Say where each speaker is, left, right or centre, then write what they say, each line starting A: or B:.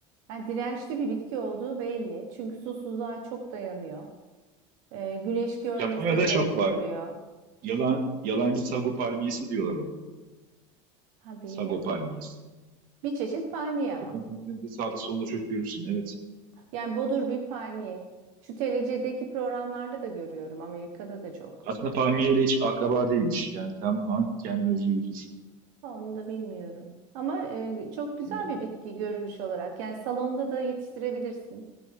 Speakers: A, on the right; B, on the right.
A: Yani dirençli bir bitki olduğu belli. Çünkü susuzluğa çok dayanıyor. Ee, güneş görmese
B: Japonya'da
A: de
B: çok var.
A: duruyor.
B: Yalan, yalancı sago palmiyesi diyorlar ona.
A: Ha bilmiyordum.
B: Sago palmiyesi.
A: Bir çeşit palmiye ama.
B: Japon filmlerinde sağda solda çok görürsün. Evet.
A: Yani bodur bir palmiye. Şu TLC'deki programlarda da görüyorum. Amerika'da da çok.
B: Aslında palmiyeyle hiç akraba değilmiş. Yani tamamen kendine özgü bir tür.
A: Ha, Onu da bilmiyorum. Ama e, çok güzel
B: E,
A: bir bitki görünüş olarak. Yani salonda da yetiştirebilirsin.